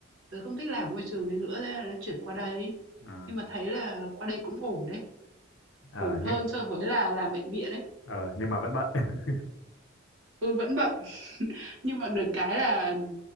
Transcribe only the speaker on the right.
tớ không thích làm môi trường đấy nữa, thế là tớ chuyển qua đây.
Nhưng mà thấy là qua đây cũng ổn đấy,
ổn hơn
so với là làm bệnh viện đấy
Ừ, vẫn bận, nhưng mà được cái là